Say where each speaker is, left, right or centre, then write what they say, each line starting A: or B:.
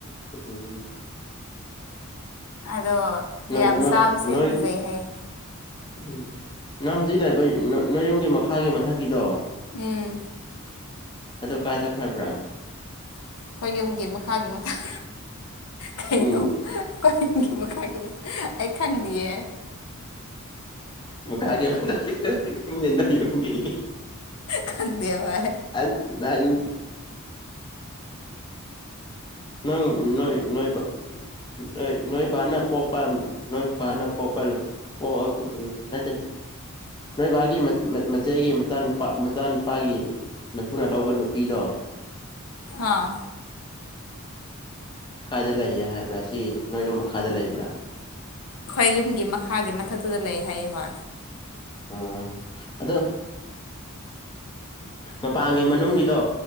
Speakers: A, on the left (about 20°); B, on the left (about 85°).
A: ꯎꯝ
B: ꯑꯗꯣ
A: ꯅꯣꯏ
B: ꯌꯥꯝ
A: ꯅꯣꯏ
B: ꯆꯥꯕꯁꯦ
A: ꯅꯣꯏ
B: ꯐꯖꯩ ꯍꯥꯏꯌꯦ
A: ꯎꯝ ꯅꯪ ꯍꯧꯖꯤꯛ ꯂꯥꯛꯏꯕ ꯅꯣꯏꯌꯣꯒꯤ ꯃꯈꯥꯒꯤ ꯃꯊꯛꯀꯤꯗꯣ
B: ꯎꯝ
A: ꯑꯗꯨ ꯀꯥ ꯆꯠꯈ꯭ꯔꯕ꯭ꯔꯥ
B: ꯑꯩꯈꯣꯏ ꯌꯨꯝꯒꯤ ꯃꯈꯥꯒꯤ ꯃꯊꯥꯜ ꯀꯩꯅꯣ
A: ꯎꯝ
B: ꯑꯩ ꯃꯈꯥꯒꯤ ꯃꯊꯥꯛ ꯑꯩ ꯈꯪꯗꯤꯌꯦ
A: ꯃꯈꯥꯒꯤ ꯃꯊꯥꯛꯀꯥ ꯈꯪꯗꯦ ꯅꯣꯏ ꯌꯨꯝꯒꯤ
B: ꯈꯪꯗꯦ ꯍꯣꯏ
A: ꯑ ꯅꯪ ꯅꯪ ꯅꯣꯏ ꯅꯣꯏꯕ ꯅꯣꯏ ꯅꯣꯏ ꯕꯥꯅ ꯄꯣꯛꯄ ꯅꯣꯏ ꯄꯥꯅ ꯄꯣꯛꯄ ꯄ ꯑꯎ ꯃꯠꯇꯦ ꯅꯣꯏꯕꯥꯒꯤ ꯃꯆꯦꯒꯤ ꯃꯆꯥꯅꯨꯄꯥꯒꯤ ꯃꯊꯨꯅ ꯂꯧꯕ ꯅꯨꯄꯤꯗꯣ
B: ꯑꯥ
A: ꯀꯥꯏꯗ ꯂꯩꯌꯦ ꯍꯥꯏꯕ꯭ꯔꯥ ꯁꯤ ꯅꯣꯏꯌꯨꯝ ꯃꯈꯥꯗ ꯂꯩꯕ꯭ꯔꯥ
B: ꯑꯩꯈꯣꯏ ꯌꯨꯝꯒꯤ ꯃꯈꯥꯒꯤ ꯃꯊꯛꯇꯨꯗ ꯂꯩ ꯍꯥꯏꯌꯦꯕ
A: ꯑꯣ ꯑꯗꯣ ꯃꯄꯥꯟꯒꯤ ꯃꯅꯨꯡꯒꯤꯗꯣ